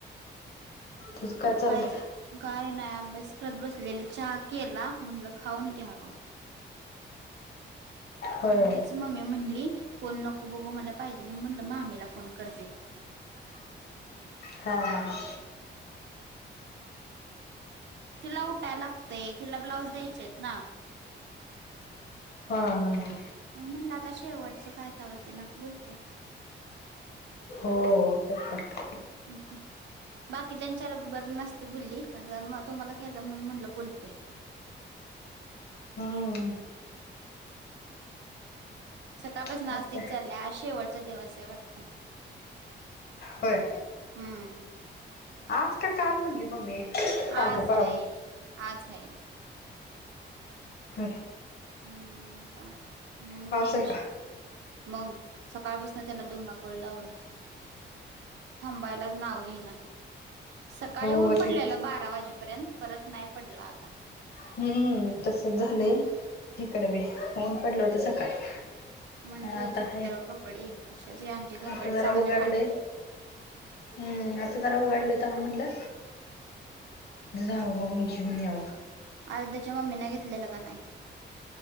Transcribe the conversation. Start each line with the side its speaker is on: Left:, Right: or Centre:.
Left: तुझं काय
Right: म
Left: चाललंय
Right: काहीच काय नाही अभ्यास करत बसलेली चहा केला म्हटलं खाऊन घ्यावं.
Left: होय
Right: तीच मम्मी म्हणली फोन नको बघू मला पाहिजे म्हणून म्हणलं मामीला फोन करते.
Left: हा हा हा.
Right: तिला उठाय लागतय तिला ब्लाऊज द्यायचेत ना.
Left: हा हा हा.
Right: म्हणलं आता शेवटचं काय तेव्हा त्याला बोलते.
Left: हो ते आत्ता
Right: <unintelligible> बाकी त्यांच्या रेबर नसते बोलली पण जर म तुम्हाला केलता म्हणून म्हणलं बोलते.
Left: हम्म.
Right: सकाळपासनं
Left: तर
Right: आज तेच
Left: काय
Right: चाललंय आज शेवटचा दिवस आहे वाटतं.
Left: होय.
Right: हम्म.
Left: आज का काल म्हणली मम्मी? काल
Right: आज
Left: का परवा
Right: हाय आज हाय.
Left: होय.
Right: हम्म आता म्हणून
Left: पाऊस
Right: टेन्श
Left: आहे का
Right: मग सकाळपासन त्यांन धुमाकूळ लावलाय. थांबायलाच नाव घेणाय. सकाळी
Left: हो
Right: ऊन पडलेलं
Left: तेच
Right: बारा वाजेपर्यंत परत नाही पडलं आता.
Left: हम्म तसंच झालंय इकड बी ऊन पडलं होतं सकाळी.
Right: म्हणलं
Left: हा आता
Right: सुकतान
Left: हाय
Right: कपडे कशाच हे आमचे कपडे
Left: आता जरा
Right: चांगले
Left: उघाडलंय
Right: हाड
Left: हम्म आता जरा उघडलंय तवा म्हणलं जाव न घेऊन यावं.
Right: आयोध्या च्या मम्मी न घेतलेला का नाही?